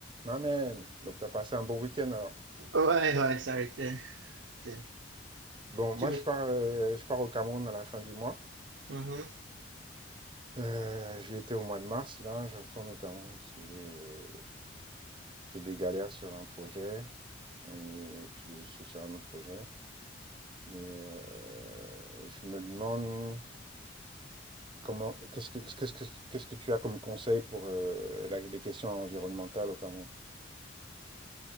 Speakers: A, on the right; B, on the right.
A: Amen. Donc, tu as passé un bon week-end alors.
B: Ouais, ouais, ça a été. été-
A: Bon,
B: Tu
A: moi,
B: me...
A: je pars, euh, je pars au Cameroun à la fin du mois.
B: Mhm.
A: Euh, j'y étais au mois de mars. Là, je retourne au Cameroun parce que j'ai euh, j'ai des galères sur un projet et, puis je suis sur un autre projet. Mais euh, je me demande comment, qu'est-ce que, qu'est-ce que, qu'est-ce que tu as comme conseil pour euh, la- les questions environnementales au Cameroun?